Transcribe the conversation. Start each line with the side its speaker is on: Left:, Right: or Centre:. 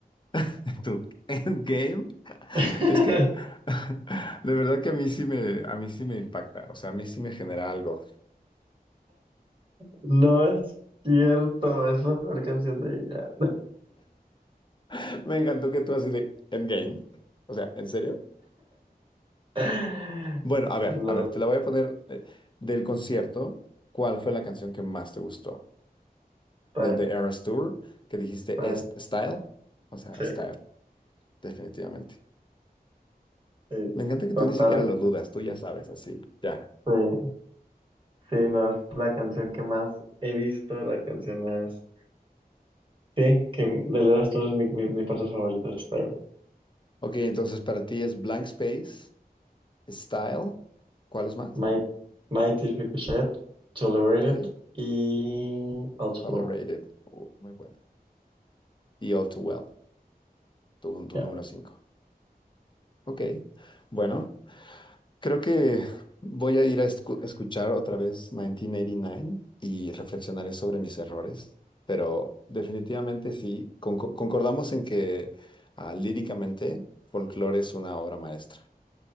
Left: <laughs> Tú, Endgame.
Right: <laughs>
Left: Es que <laughs> de verdad que a mí sí me, a mí sí me impacta, o sea, a mí sí me genera algo.
Right: No es cierto, es la peor canción de ella.
Left: <laughs> Me encantó que tú así de Endgame. O sea, ¿en serio?
Right: <laughs>
Left: Bueno, a ver,
Right: Los
Left: a ver, te la voy a poner eh, del concierto. ¿Cuál fue la canción que más te gustó?
Right: Time,
Left: Del The Eras Tour, que dijiste
Right: Time,
Left: es Style. O sea,
Right: sí.
Left: Style, definitivamente.
Right: Sí,
Left: Me encanta que
Right: total.
Left: tú ni siquiera lo dudas, tú ya sabes, así, ya.
Right: Sí, sí, no, es la canción que más he visto, la canción más. Sí, que de Led Zeppelin es mi, mi, mi parte favorita, está yo.
Left: Ok, entonces para ti es Blank Space, Style. ¿Cuál es más?
Right: My, Mighty Ricochet, Tolerated
Left: Ok,
Right: y Outlaw.
Left: Tolerated. Uy, muy buena. Y All Too Well, tu, tu
Right: Ya,
Left: número 5. Ok, bueno. Creo que voy a ir a escu- escuchar otra vez 1989 y nueve y reflexionaré sobre mis errores, pero definitivamente sí, conco- concordamos en que ah, líricamente Folklore es una obra maestra.